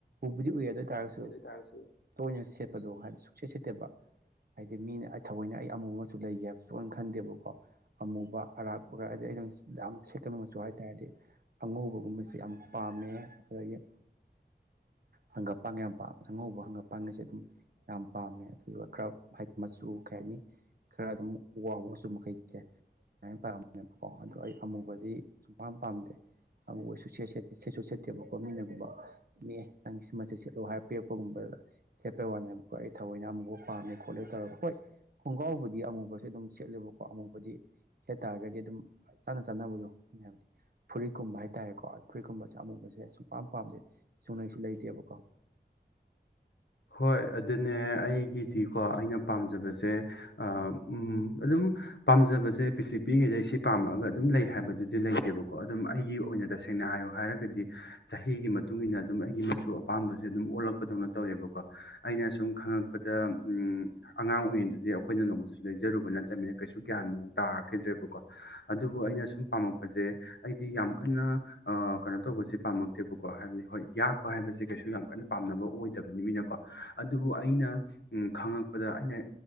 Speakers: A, on the right (about 60°); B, on the left (about 80°).
A: ꯎꯕꯨꯗꯤ ꯎꯏ ꯑꯗꯣꯏ ꯇꯥꯔꯒꯁꯨ
B: ꯆꯥꯔꯁꯨ꯫
A: ꯇꯣꯏꯅ ꯁꯦꯠꯄꯗꯣ ꯍꯥꯏꯗꯤ ꯁꯨꯡꯁꯦꯠ ꯁꯦꯠꯇꯦꯕ ꯍꯥꯏꯗꯤ ꯃꯤꯅ ꯑꯩ ꯊꯑꯣꯏꯅ ꯑꯩ ꯑꯃꯨ ꯑꯃꯁꯨ ꯂꯩꯒꯦ ꯍꯥꯏꯕ ꯁꯨꯅ ꯈꯟꯗꯦꯕꯀꯣ ꯑꯃꯨꯕ ꯑꯔꯥꯥꯛꯄꯒ ꯑꯗꯤ ꯑꯩꯩꯅꯪ ꯌꯥꯝ ꯁꯦꯠꯀꯕ ꯃꯆꯨ ꯍꯥꯏꯦ ꯇꯔꯗꯤ ꯑꯉꯧꯕꯒꯨꯝꯕꯁꯤ ꯌꯥꯝ ꯄꯥꯝꯃꯦ ꯑꯗꯒꯤ ꯍꯪꯒꯞꯄꯥꯡꯒ ꯌꯥꯝ ꯄꯥꯝꯃꯦ ꯑꯉꯧꯕ ꯍꯪꯒꯄꯥꯡꯒꯁꯦ ꯑꯗꯨꯝ ꯌꯥꯝ ꯄꯥꯝꯃꯦ ꯑꯗꯨꯒꯗꯨ ꯈꯔ ꯍꯥꯏꯗꯤ ꯃꯆꯨ ꯀꯩ ꯍꯥꯏꯅꯤ ꯈꯔ ꯑꯗꯨꯝ ꯋꯥꯕ ꯃꯆꯨ ꯃꯈꯩꯁꯦꯅ ꯄꯥꯝꯃꯦꯕ꯫ ꯑꯣ ꯑꯗꯨ ꯑꯩ ꯑꯃꯨꯕꯗꯤ ꯁꯨꯡ ꯄꯥꯝ ꯄꯥꯝꯗꯦ ꯑꯃꯨꯕꯁꯨ ꯁꯦꯠ ꯁꯦꯠꯇꯦ ꯁꯦꯠꯁꯨ ꯁꯦꯠꯇꯦꯕꯀꯣ ꯃꯤꯅꯒꯨꯝꯕ ꯑꯦ ꯅꯪꯁꯤꯃ <unintelligible> ꯍꯥꯏꯔꯞ ꯄꯤꯔꯛꯄꯒꯨꯝꯕꯗ ꯁꯦꯠꯄꯩ ꯋꯥꯅꯦꯕꯀꯣ ꯑꯩ ꯊꯑꯣꯏꯅ ꯑꯃꯨꯕꯥ ꯄꯥꯝꯃꯦ ꯈꯣꯠꯂꯦ ꯇꯧꯔꯒ ꯍꯣꯏ ꯈꯣꯡꯒꯥꯎꯕꯨꯗꯤ ꯑꯃꯨꯕꯁꯨ ꯑꯗꯨꯝ ꯁꯦꯠꯂꯦꯕꯀꯣ ꯑꯃꯨꯕꯗꯤ ꯁꯦꯠ ꯇꯥꯔꯒꯗꯤ ꯑꯗꯨꯝ ꯆꯥꯟꯗ ꯆꯥꯟꯅꯕꯗꯣ ꯍꯥꯏꯕꯗꯤ ꯐꯨꯔꯤꯠꯀꯨꯝꯕ ꯍꯥꯏꯇꯥꯔꯦꯀꯣ ꯐꯨꯔꯤꯠꯀꯨꯝꯕ ꯁꯦ ꯑꯃꯨꯕꯁꯦ ꯁꯨꯡ ꯄꯥꯝ ꯄꯥꯝꯗꯦ ꯁꯨꯡꯂꯩꯁꯨ ꯂꯩꯇꯦꯕꯀꯣ
B: ꯍꯣꯏ ꯑꯗꯨꯅꯦ ꯑꯩꯒꯤꯗꯤꯀꯣ ꯑꯩꯅ ꯄꯥꯝꯖꯕꯁꯦ ꯑ ꯎꯝ ꯑꯗꯨꯝ ꯄꯥꯝꯖꯕꯁꯦ ꯄꯤꯁꯛ ꯄꯤꯛꯉꯩꯗꯩ ꯁꯤ ꯄꯥꯝꯃꯛꯑꯒ ꯑꯗꯨꯝ ꯂꯩ ꯍꯥꯏꯕꯗꯨꯗꯤ ꯂꯩꯇꯦꯕꯀꯣ ꯑꯗꯨꯝ ꯑꯩꯒꯤ ꯑꯣꯏꯅ ꯇꯁꯦꯡꯅ ꯍꯥꯏꯌꯣ ꯍꯥꯏꯔꯒꯗꯤ ꯆꯍꯤꯒꯤ ꯃꯇꯨꯡ ꯃꯇꯨꯡꯏꯟꯅ ꯑꯗꯨꯝ ꯑꯩꯒꯤ ꯃꯆꯨ ꯑꯄꯥꯝꯕꯁꯦ ꯑꯗꯨꯝ ꯑꯣꯜꯂꯛꯄꯗꯧꯅ ꯇꯧꯋꯦꯕꯀꯣ ꯑꯩꯅ ꯁꯨꯝ ꯈꯪꯉꯛꯄꯗ ꯎꯝ ꯑꯉꯥꯡ ꯑꯣꯏꯔꯤꯉꯩꯗꯗꯤ ꯑꯩꯈꯣꯏꯅ ꯅꯣꯡꯃꯇꯁꯨ ꯂꯩꯖꯔꯨꯕ ꯅꯠꯇꯕꯅꯤꯅ ꯀꯩꯁꯨ ꯒ꯭ꯌꯥꯟ ꯇꯥꯔꯛꯈꯤꯗ꯭ꯔꯦꯕꯀꯣ ꯑꯗꯨꯕꯨ ꯑꯩꯅ ꯁꯨꯝ ꯄꯥꯝꯃꯛꯄꯁꯦ ꯑꯩꯗꯤ ꯌꯥꯝ ꯀꯟꯅ ꯀꯩꯅꯣ ꯇꯧꯕꯁꯦ ꯄꯥꯝꯃꯛꯇꯦꯕꯀꯣ ꯍꯥꯏꯕꯗꯤ ꯍꯣꯏ ꯌꯥꯛꯄ ꯍꯥꯏꯕꯁꯦ ꯀꯩꯁꯨ ꯌꯥꯝ ꯀꯟ ꯄꯥꯝꯅꯕ ꯑꯣꯏꯗꯕꯅꯤ ꯃꯤꯅꯀꯣ ꯑꯗꯨꯕꯨ ꯑꯩꯅ ꯎꯝ ꯈꯪꯉꯛꯄꯗ ꯑꯩꯅ